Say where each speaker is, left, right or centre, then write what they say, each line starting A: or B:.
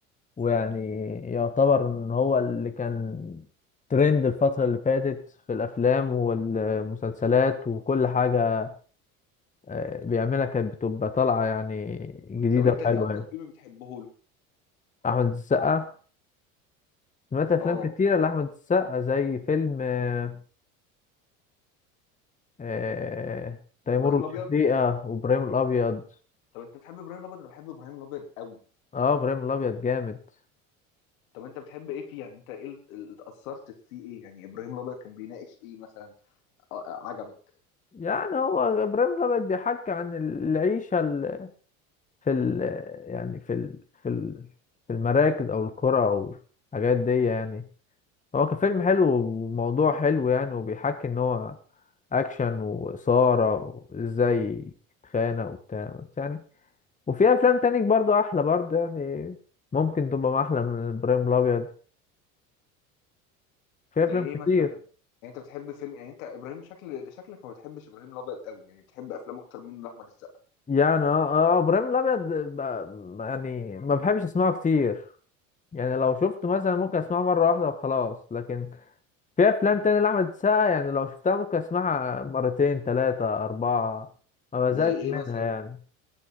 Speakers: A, on the left; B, on the left.
A: ويعني يعتبر ان هو اللي كان ترند الفترة اللي فاتت في الافلام والمسلسلات وكل حاجة آه، بيعملها كانت بتبقى طالعة يعني جديدة
B: طب انت
A: وحلوة
B: ايه اكتر
A: يعني
B: فيلم بتحبه له
A: أحمد السقا سمعت أفلام
B: اه
A: كتيرة لأحمد السقا زي فيلم آه، آه، تيمور
B: ابراهيم
A: وشفيقة
B: الابيض
A: وإبراهيم الأبيض
B: طب انت بتحب ابراهيم الابيض انا بحب ابراهيم الابيض قوي
A: اه إبراهيم الأبيض جامد
B: طب انت بتحب ايه فيه يعني انت ايه اللي اللي اتأثرت فيه ايه يعني ابراهيم الابيض كان بيناقش ايه مثلا ع- عجبك
A: يعني هو إبراهيم الأبيض بيحكي عن العيشة ال- في ال يعني في ال في ال في المراكز أو القرى أو الحاجات دي يعني هو كفيلم حلو وموضوع حلو يعني وبيحكي ان هو اكشن واثاره وازاي تتخانق وبتاع بس يعني وفي افلام تاني برضو احلى برضو يعني ممكن تبقى احلى من ابراهيم الابيض في
B: زي
A: افلام
B: ايه
A: كتير
B: مثلا يعني انت بتحب فيلم يعني انت ابراهيم شكل شكلك ما بتحبش ابراهيم الابيض قوي يعني بتحب افلام اكتر منه لاحمد السقا
A: يعني اه اه آه، ابراهيم الابيض ب- يعني ما بحبش اسمعه كتير يعني لو شفته مثلا ممكن اسمعه مره واحده وخلاص لكن في افلام تاني لاحمد السقا يعني لو شفتها ممكن اسمعها مرتين ثلاثه اربعه ما
B: زي
A: بزهقش
B: ايه
A: منها
B: مثلا
A: يعني